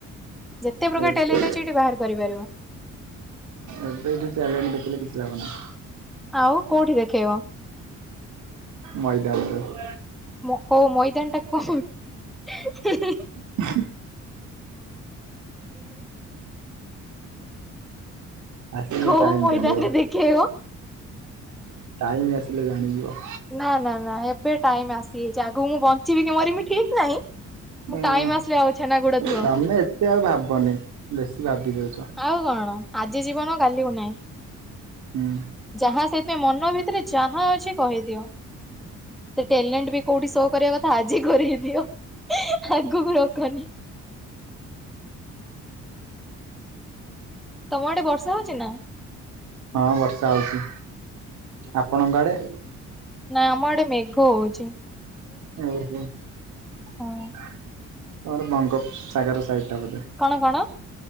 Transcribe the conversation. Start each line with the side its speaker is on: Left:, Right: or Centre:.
Centre: ଯେତେ ପ୍ରକାର
Right: ଏବେ
Centre: ଟ୍ୟାଲେଣ୍ଟ ଅଛି ଏଠି ବାହାର କରିପାରିବ।
Right: ଏବେ ଏଇଠି ଟ୍ୟାଲେଣ୍ଟ ଦେଖେଇଲେ କିଛି ଲାଭ ନାହିଁ।
Centre: ଆଉ କୋଉଠି ଦେଖେଇବ?
Right: ମଇଦାନରେ।
Centre: ମ କୋଉ ମଇଦାନଟା କୋ ହି ହିଁ ହି
Right: <inaudible> ଆସିଲେ
Centre: କୋଉ
Right: ଟାଇମ
Centre: ମଇଦାନରେ
Right: ଜାଣିିବ।
Centre: ଦେଖେଇବ
Right: ଟାଇମ ଆସିଲେ ଜାଣିଯିବ।
Centre: ନା ନା ନା ଏବେ ଟାଇମ ଆସିଯାଇଛି। ଆଗକୁ ମୁଁ ବଞ୍ଚିବି କି ମରିିବି ଠିକ ନାହିଁ।
Right: ହୁଁ
Centre: ମୁଁ ଟାଇମ ଆସିଲେ ଆଉ ଛେନାଗୁଡ ଥିବ।
Right: ତମେ ଏତେ ଆଉ ଭାବନି ବେଶୀ ଭାବି ଦୋଉଛ।
Centre: ଆଉ କଣ ଆଜି ଯିବନ କାଲି କୁ ନାହିଁ।
Right: ହୁଁ
Centre: ଯାହା ସେଥିପାଇଁ ମନ ଭିତରେ ଯାହା ଅଛି କହିଦିଅ। ସେ ଟ୍ୟାଲେଣ୍ଟ ବି କୋଉଠି ସୋ କରିବା କଥା, ଆଜି କରେଇ ଦିଅ ଆଗକୁ ରଖନି। ତମ ଆଡେ ବର୍ଷା ହଉଛି ନା?
Right: ହଁ ବର୍ଷା ହୋଉଛି। ଆପଣଙ୍କ ଆଡେ?
Centre: ନାଇଁ ଆମ ଆଡେ ମେଘ ହୋଉଛି।
Right: ଓହୋ ତମର
Centre: ହଁ
Right: ବଙ୍ଗୋପସାଗର ସାଇଟ ଟା ବୋଧେ।
Centre: କଣ କଣ?